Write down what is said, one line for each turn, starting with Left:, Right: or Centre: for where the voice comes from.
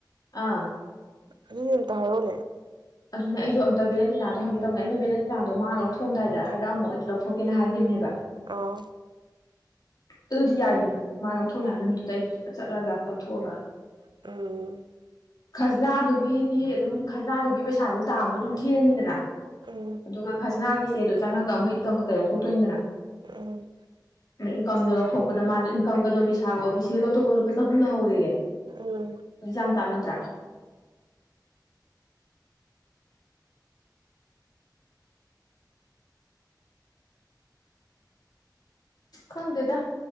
Left: ꯑꯥ
Right: ꯑꯗꯨ ꯗꯤꯑꯝꯇ ꯍꯥꯏꯔꯣꯅꯦ
Left: ꯑꯗꯨꯅꯦ ꯑꯩꯖꯨ ꯑꯝꯇ ꯕꯦꯂꯦꯟꯇꯤꯅꯥꯗ ꯍꯪꯒꯦ ꯇꯧꯅꯦ ꯑꯩꯅ ꯕꯦꯂꯦꯟꯇꯤꯗꯣ ꯃꯥ ꯂꯧꯊꯣꯛꯑꯝꯗꯥꯏꯗ ꯍꯥꯏꯔꯛꯑꯝꯃꯣ ꯑꯩꯖꯨ ꯂꯧꯊꯣꯛꯀꯦꯅ ꯍꯥꯏꯒꯤꯝꯅꯦꯕ
Right: ꯑꯣ
Left: ꯑꯗꯨꯗꯤ ꯌꯥꯏꯗꯅ ꯃꯥ ꯂꯧꯊꯣꯛꯅꯤ ꯍꯥꯢꯅ ꯅꯨꯃꯤꯠꯇꯨꯗ ꯑꯩꯖꯨ ꯆꯠꯂꯒ ꯂꯧꯊꯣꯛꯑꯒ
Right: ꯎꯝ
Left: ꯈ꯭ꯁꯅꯥꯗꯨꯒꯤꯗꯤ ꯑꯗꯨꯝ ꯈ꯭ꯁꯅꯥꯗꯨꯒꯤ ꯄꯩꯁꯥꯗꯤ ꯇꯥꯕꯗꯣ ꯑꯗꯨꯝ ꯊꯤꯔꯅꯤꯗꯅ
Right: ꯎꯝ
Left: ꯑꯗꯨꯒ ꯈ꯭ꯁꯅꯥꯒꯤ ꯆꯦꯗꯣ ꯆꯪꯉꯒ ꯑꯃꯨꯛ ꯏꯟꯀꯝ ꯀꯩꯀꯥ ꯂꯧꯊꯣꯛꯇꯣꯏꯅꯤꯗꯅ
Right: ꯎꯝ
Left: ꯏꯟꯀꯝꯗꯣ ꯂꯧꯊꯣꯛꯄꯗ ꯃꯥꯗꯣ ꯏꯟꯀꯝꯒ ꯗꯣꯃꯤꯁꯥꯒ ꯑꯣ ꯕꯤ ꯁꯤꯒ ꯂꯧꯊꯣꯛꯄꯗ ꯂꯨꯄꯥ ꯆꯍꯨꯝ ꯂꯧꯍꯧꯋꯦ ꯌꯦ
Right: ꯎꯝ
Left: ꯆꯥꯝ ꯆꯥꯝ ꯅꯠꯇ꯭ꯔꯥ ꯈꯪꯗꯦꯗ